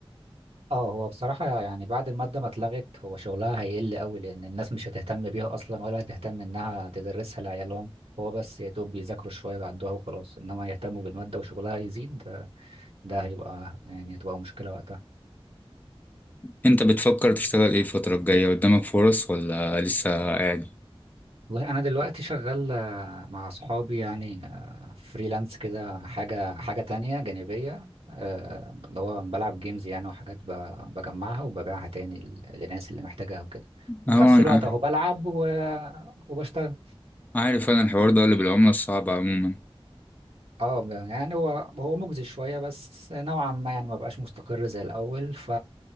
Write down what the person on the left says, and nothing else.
انت بتفكر تشتغل ايه الفتره الجايه قدامك فرص ولا لسه قاعد
اهو
انا
عارف انا الحوار ده اللي بالعملة الصعبة عموما